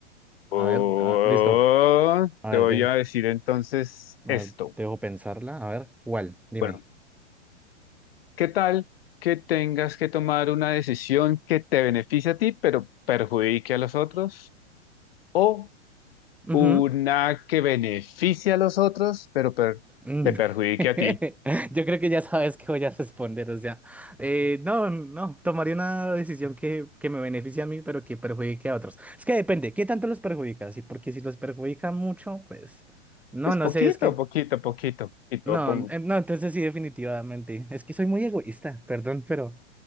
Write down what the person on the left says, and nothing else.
Oh,
te
voy
a decir entonces
esto.
Bueno. ¿Qué tal que tengas que tomar una decisión que te beneficie a ti, pero perjudique a los otros? ¿O
una que beneficie a los otros, pero per-
te perjudique
a ti?
Pues
poquito,
poquito, poquito, poquito.
Pongo,